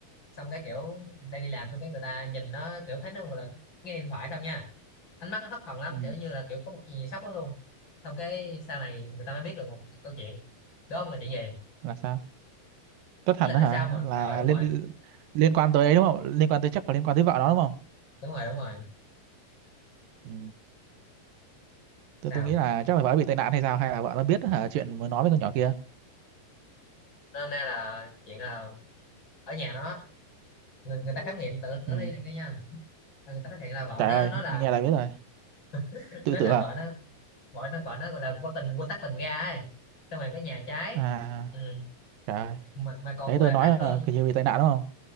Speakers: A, on the left; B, on the right.
A: xong cái kiểu đang đi làm xong cái người ta nhìn nó kiểu thấy nó gọi là nghe điện thoại không nha ánh mắt nó thất thần lắm
B: Ừ.
A: kiểu như là kiểu có một cái gì sốc lắm luôn xong cái sau này người ta mới biết được một cái câu chuyện đúng không là chuyện gì
B: Là sao? Tất
A: ý
B: thành
A: là tại
B: đó hả?
A: sao mà
B: Là
A: ờ đúng rồi
B: liên liên quan tới ấy đúng không? Liên quan tới chắc là liên quan tới vợ nó đúng không?
A: đúng rồi đúng rồi
B: Ừ.
A: sao
B: Tôi tôi nghĩ là chắc là vợ bị tai nạn hay sao hay là vợ nó biết hả chuyện mới nói với con nhỏ kia.
A: hôm nay là chuyện là ở nhà nó người, người ta khám nghiệm tử tử
B: Ừ.
A: thi này kia nha người ta phát hiện là vợ
B: Trời
A: nó
B: ơi,
A: nó là
B: nghe là biết rồi.
A: <laughs>
B: Tự
A: nó
B: tử
A: là
B: à?
A: vợ nó gọi nó gọi nó gọi là vô tình quên tắt bình ga ấy xong rồi cái nhà trái,
B: À,
A: ừ.
B: trời ơi.
A: mà, mà còn
B: Đấy
A: gọi
B: tôi
A: là
B: nói
A: đắt hơn
B: là kiểu như bị tai nạn đúng không?